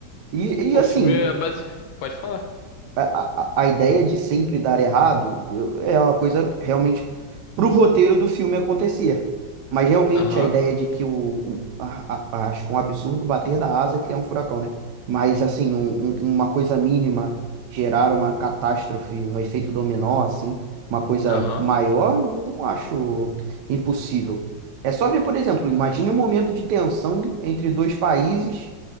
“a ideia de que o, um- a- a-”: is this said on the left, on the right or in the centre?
Right